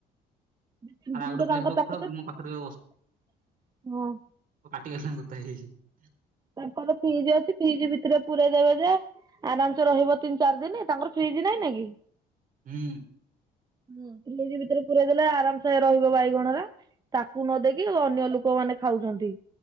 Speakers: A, on the right (about 25°); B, on the right (about 55°).
A: ଦ ତିନି
B: ଆରେ
A: ଦିନ
B: ଆଉ ଗୋଟେ
A: ତ
B: ପିଲା
A: ତାଙ୍କ
B: ସହିତ କଥା ହଉଚି ମୋ ପାଖରେ
A: <inaudible> ହଁ।
B: ପାଟିଙ୍କ ସାଙ୍ଗେ କଥା ହେଇଯାଇଛି।
A: ତାଙ୍କର ଫ୍ରିଜ୍ ଅଛି ଫ୍ରିଜ ଭିତରେ ପୁରେଇ ଦେବେ ଯେ ଆରାମ ସେ ରହିବ ତିନି ଚାରି ଦିନ ତାଙ୍କର ଫ୍ରିଜ ନାଇଁ ନାଇ କି?
B: ହୁଁ।
A: ହଁ ଫ୍ରିଜ୍ ଭିତରେ ପୁରେଇ ଦେଲେ ଆରାମସେ ରହିବ ବାଇଗଣରେ। ତାକୁ ନ ଦେଇକି ଅନ୍ୟ ଲୋକମାନେ ଖାଉଛନ୍ତି